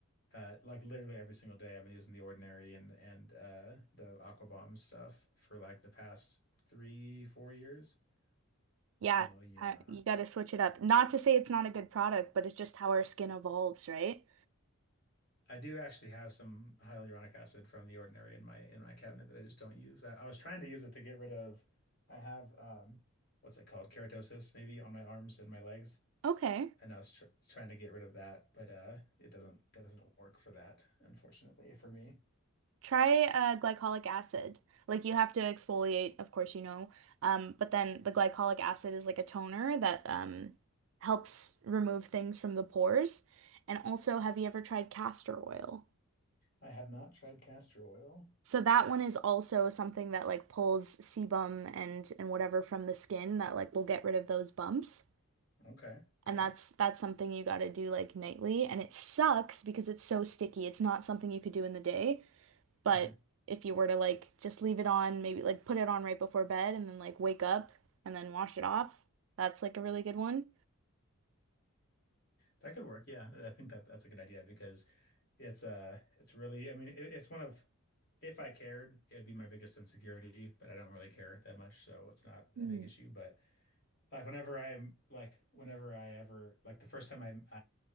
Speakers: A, on the left; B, on the right.
A: uh like literally every single day. I've been using the ordinary and and uh the Aqua Bomb stuff for like the past three, four years.
B: Yeah,
A: So yeah,
B: ha- you got to switch it up. Not to say it's not a good product, but it's just how our skin evolves, right?
A: I do actually have some hyaluronic acid from The Ordinary in my in my cabinet that I just don't use. I, I was trying to use it to get rid of. I have um, what's it called? Keratosis maybe on my arms and my legs,
B: Okay.
A: and I was tr trying to get rid of that, but uh, it doesn't doesn't work for that, unfortunately for me.
B: Try uh, glycolic acid. Like you have to exfoliate, of course, you know. Um, but then the glycolic acid is like a toner that um, helps remove things from the pores. And also, have you ever tried castor oil?
A: I have not tried castor oil.
B: So that one is also something that like pulls sebum and and whatever from the skin that like will get rid of those bumps.
A: Okay, okay.
B: And that's that's something you got to do like nightly and it sucks because it's so sticky. It's not something you could do in the day, but
A: Mhm.
B: if you were to like just leave it on, maybe like put it on right before bed and then like wake up and then wash it off, that's like a really good one.
A: That could work. Yeah, I think that that's a good idea because it's uh it's really I mean it, it's one of if I cared, it'd be my biggest insecurity, but I don't really care that much, so it's not a
B: Mm.
A: big issue. But like whenever I'm like whenever I ever like the first time I